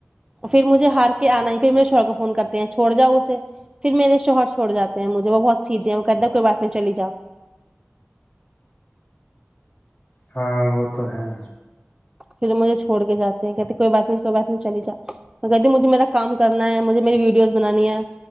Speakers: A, on the right; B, on the left.
A: پھر مجھے ہار آنا ہی پھر میرے شوہر کو فون کرتے ہیں چھوڑ جاؤ اسے پھر میرے شوہر چھوڑ جاتے ہیں مجھے وہ بہت سیھے ہیں وہ کہد کوئی بات نہیں چلی جاؤ
B: ہاں وہ تو ہے
A: جاتے ہیں کہتے کوئی بات نہیں کوئی بات نہیں چلی جا کہتی مجھے میرا کام کرنا ہے مجھے میری ویڈیوز بنانی ہے